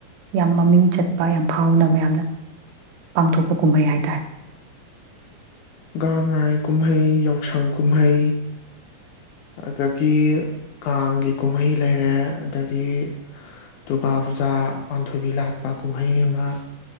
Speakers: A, on the right (about 80°); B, on the left (about 80°).
A: ꯌꯥꯝ ꯃꯃꯤꯡ ꯆꯠꯄ ꯌꯥꯝ ꯐꯥꯎꯅ ꯃꯌꯥꯝꯅ ꯄꯥꯡꯊꯣꯛꯄ ꯀꯨꯝꯕꯩ ꯍꯥꯏ ꯇ <unintelligible>
B: ꯒꯥꯡ ꯉꯥꯏ ꯀꯨꯝꯍꯩ ꯌꯥꯎꯁꯪ ꯀꯨꯝꯍꯩ ꯑꯗꯒꯤ ꯀꯥꯡꯒꯤ ꯀꯨꯝꯍꯩ ꯂꯩꯔꯦ ꯑꯗꯒꯤ ꯗꯨꯔꯒꯥ ꯄꯨꯖꯥ ꯄꯥꯟꯊꯣꯏꯕꯤ ꯂꯥꯠꯄ ꯀꯨꯝꯍꯩ ꯑꯃ